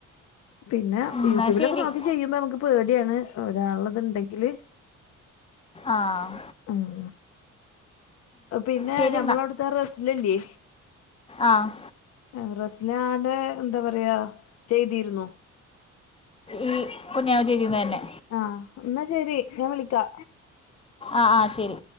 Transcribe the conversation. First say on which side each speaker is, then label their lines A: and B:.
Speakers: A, on the left; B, on the left.
A: പിന്നെ
B: എന്നാ
A: യൂട്യൂബിലൊക്കെ
B: ശരി
A: നോക്കി ചെയ്യുമ്പോ നമുക്ക് പേടിയാണ് ഒരാളത്ണ്ടെങ്കില്
B: ആഹ്
A: ഉം പിന്നെ
B: ശരി
A: ഞമ്മള അവിടുത്തെ റസ്ലുല്ലേ
B: ആഹ്
A: ആഹ് റസ്ലാടെ എന്താ പറയാ ചെയ്തിരുന്നു
B: ഈ പുന്ന്യാഹം ചെയ്യുന്നേന്നെ
A: ആഹ് എന്നാ ശെരി ഞാൻ വിളിക്കാ
B: ആഹ് ആഹ് ശരി